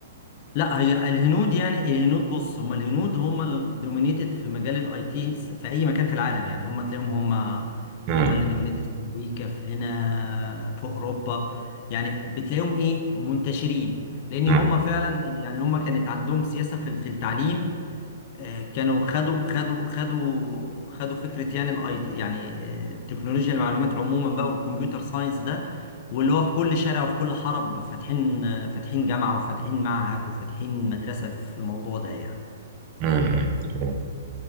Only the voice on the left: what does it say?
لا هي الهنود يعني الهنود بص هم الهنود هم اللي دومينيتد في مجال الاي تي في اي مكان في العالم يعني هم تلاقيهم هم
هم اللي دومينيتد في امريكا في هنا في اوروبا يعني بتلاقيهم ايه منتشرين لان
هم فعلا يعني هم كانت عندهم سياسة في في التعليم آه، كانوا خدوا خدوا خدوا خدوا فكره يعني الاي تي يعني آه، تكنولوجيا المعلومات عموما بقى والكمبيوتر ساينس ده واللي هو في كل شارع وفي كل حرب فاتحين آه، فاتحين جامعه وفاتحين معهد وفاتحين مدرسه في الموضوع ده يعني